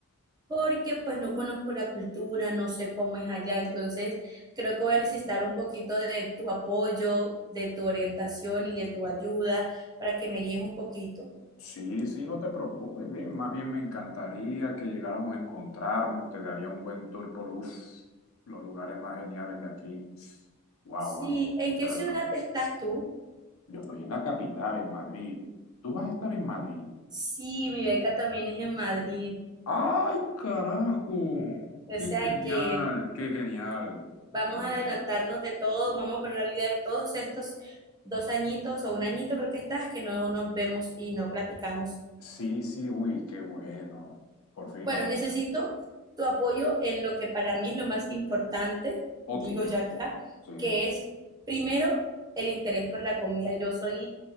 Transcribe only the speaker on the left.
Sí, sí, no te preocupes, bien. Más bien me encantaría que llegáramos a encontrarnos. Te daría un buen tour por uf, los lugares más geniales de aquí. Wow,
wow,
de verdad.
Yo estoy en la capital, en Madrid. Tú vas a estar en Madrid.
¡Ay, carajo!
¡Qué
genial!
¡Qué genial!
De verdad.
Sí, sí, uy, qué bueno. Por fin
vamos
a tener.
Ok,
sí.